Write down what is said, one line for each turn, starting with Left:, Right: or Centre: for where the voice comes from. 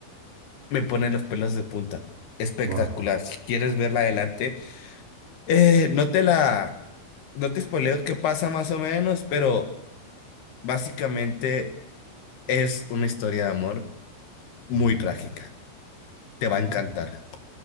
Left: me ponen los pelos de punta. Espectacular.
Right: Guau.
Left: Si quieres verla adelante, eh, no te la, no te spoileo qué pasa más o menos, pero básicamente es una historia de amor muy
Right: Ujú.
Left: trágica. Te va
Right: Mm.
Left: a encantar.